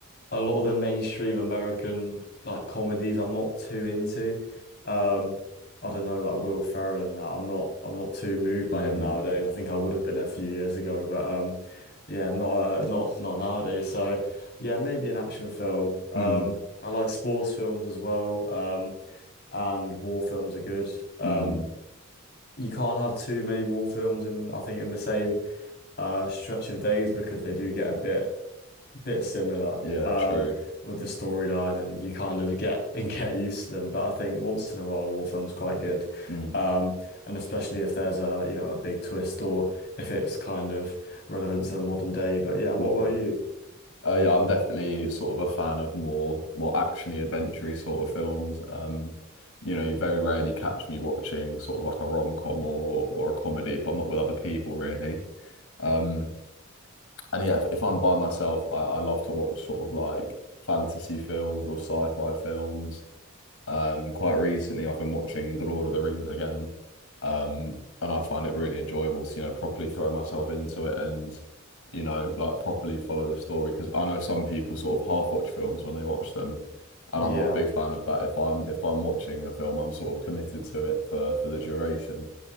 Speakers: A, on the left; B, on the left.
A: a lot of the mainstream American like comedies I'm not too into. Um, I don't know, like Will Ferrell and that. I'm not I'm not too moved by
B: mm,
A: him nowadays. I think I would have been a few years ago, but um yeah, not uh, not not nowadays. So yeah, maybe an action film. Um
B: mm,
A: I like sports films as well. Um and war films are good. Um
B: mm.
A: you can't have too many war films in I think in the same uh stretch of days because they do get a bit bit similar
B: Yeah,
A: um,
B: true.
A: with the storyline, and you kind of get <laughs> and get used to them. But I think once in a while, a war film's quite good,
B: Mm,
A: um, and especially if there's a you know a big twist or if it's kind of relevant to the modern day. But yeah, what
B: mm.
A: about you?
B: Uh, yeah, I'm definitely sort of a fan of more more actiony, adventure sort of films. Um, you know, you very rarely catch me watching sort of like a rom-com or or a comedy if I'm not with other people, really. Um, and yeah, if, if I'm by myself, I, I love to watch sort of like fantasy films or sci-fi films Um, quite recently, I've been watching The Lord of the Rings again, um, and I find it really enjoyable to, you know, properly throw myself into it and, you know, like properly follow the story. Because I know some people sort of half watch films when they watch them, and
A: Yeah,
B: I'm not a big fan of that. If I'm if I'm watching a film, I'm sort of committed to it for for the duration.